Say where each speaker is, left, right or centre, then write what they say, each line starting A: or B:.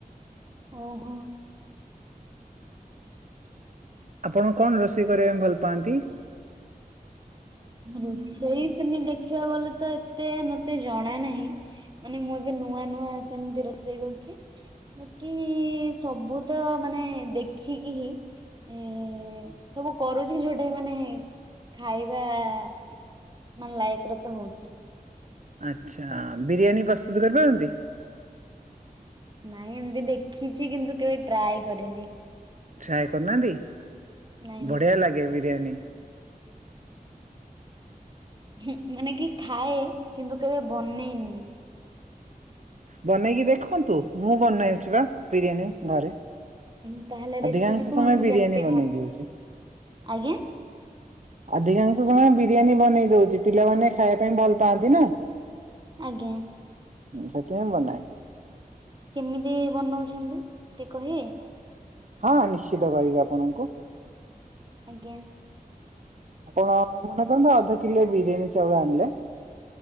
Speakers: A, on the right (about 30°); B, on the right (about 55°).
A: ଓହୋ।
B: ଆପଣ କଣ ରୋଷେଇ କରିବାପାଇଁ ଭଲ ପାଆନ୍ତି?
A: ରୋଷେଇ ସେମିତି ଦେଖିବାକୁ ଗଲେ ତ ଏତେ ମତେ ଜଣା ନାହିଁ। ମାନେ ମୁଁ ଏବେ ନୂଆ ନୂଆ ସେମତି ରୋଷେଇ କରୁଚି। ବାକି ସବୁ ତ ମାନେ ଦେଖିକି ହି ଏ, ସବୁ କରୁଛି ଯୋଉଟା ମାନେ ଖାଇ ଯାହା ମାନେ ଲାଇଫ୍ ରେ ତ ହୋଉଛି।
B: ଆଚ୍ଛା ବିରିୟାନୀ ପ୍ରସ୍ତୁତ କରିପାରନ୍ତି?
A: ନାଇଁ ଏମତି ଦେଖିଚି କିନ୍ତୁ କେବେ ଟ୍ରାଏ କରିନି।
B: ଟ୍ରାଏ କରନାହାଁନ୍ତି?
A: ନାଇଁ।
B: ବଢ଼ିଆ ଲାଗେ ବିରିୟାନୀ।
A: ହୁଁ, ମାନେ କି ଖାଏ କିନ୍ତୁ କେବେ ବନେଇନି।
B: ବନେଇକି ଦେଖନ୍ତୁ। ମୁଁ ବନେଇଛି ବା ବିରିୟାନୀ ଘରେ।
A: ଉଁ, ତାହେଲେ ରେସିପି
B: ଅଧିକାଂଶ
A: କୁହନ୍ତୁ
B: ସମୟ ବିରିୟାନୀ
A: କେମିତି
B: ବନେଇ
A: କଣ?
B: ଦୋଉଚି।
A: ଆଜ୍ଞା
B: ଅଧିକାଂଶ ସମୟ ବିରିୟାନୀ ବନେଇ ଦୋଉଚି ପିଲାମାନେ ଖାଇବା ପାଇଁ ଭଲ ପାଆନ୍ତି ନା।
A: ଆଜ୍ଞା।
B: ହୁଁ, ସେଥିପାଇଁ ବନାଏ।
A: କେମିତି ବନଉଛନ୍ତି ଟିକେ କହିବେ?
B: ହଁ ନିଶ୍ଚିତ କହିବି ଆପଣଙ୍କୁ।
A: ଆଜ୍ଞା।
B: ଆପଣ ମନେ କରନ୍ତୁ ଅଧ କିଲେ ବିରିୟାନୀ ଚାଉଳ ଆଣଲେ।